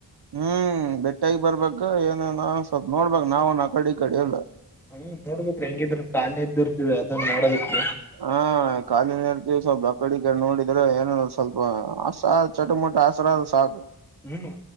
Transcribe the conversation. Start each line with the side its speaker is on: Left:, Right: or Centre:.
Right: ಹ್ಮ್ ಬೆಟ್ಟಗ ಬರ್ಬ ಏನ ಸ್ವಲ್ಪ ನೋಡ್ಬೇಕ್ ನಾವ ನ ಕಡೆ ಈ ಕಡೆ ಎಲ್ಲ
Centre: ಹ್ಮ್ ನೋಡ್ಬೇಕೇರಿ ಹೆಂಗಿದ್ರ ಕಾಲಿ ಇದ ಇರ್ತವಿ ಅದನ್ನ ನೋಡಬೇಕು
Right: ಹಾ ಕಾಲಿನ ಇರ್ತೀವಿ ಸ್ವಲ್ಪ ಅಕ್ಕಡಿಗೆ ನೋಡಿದ್ರೆ ಏನ ಸ್ವಲ್ಪ ಹಸ ಚೊಟ ಮೊಟ ಆಸರ ಸಾಕ <unintelligible>
Centre: ಹ್ಮ್